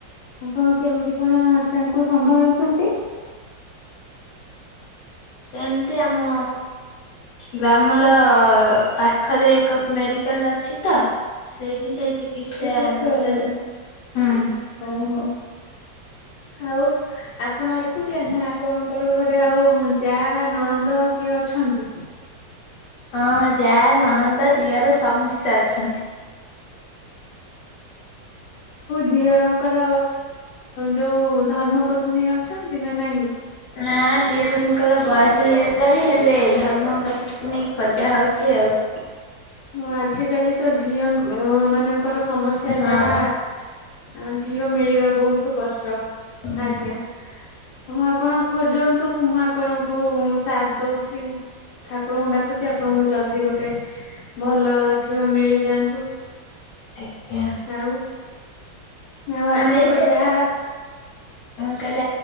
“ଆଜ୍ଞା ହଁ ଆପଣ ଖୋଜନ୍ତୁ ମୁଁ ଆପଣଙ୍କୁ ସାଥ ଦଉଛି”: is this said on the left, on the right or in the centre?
Left